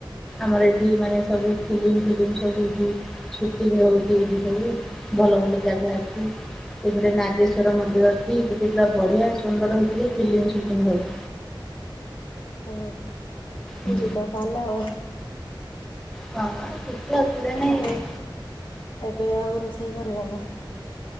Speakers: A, in the centre; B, on the left.
A: ଆମର ଏଠି ମାନେ ସବୁ ଫିଲିମ ଫିଲିମ ସବୁ ଏଠି ସୁଟିଂ ହଉଛି ଏଇଠି ସବୁ ଭଲ ଭଲ ଜାଗା ଅଛି। ଏଠି ଗୋଟେ ନାଗେଶ୍ଵର ମନ୍ଦିର ଅଛି। ସେଠି ପା ବଢ଼ିଆ ସୁନ୍ଦର ହେଇଛି ଯେ ଫିଲ୍ମ ସୁଟିଂ ହଉଛି।
B: ଓ ହୋ
A: ହୁଁ
B: ଯିବାତାହାଲେ ଆଉ।
A: ହଁ କିଛି ଅସୁବିଧା ନାହିଁ।
B: ହଁ ଏବେ ଆଉ ରୋଷେଇ କରିବେନି?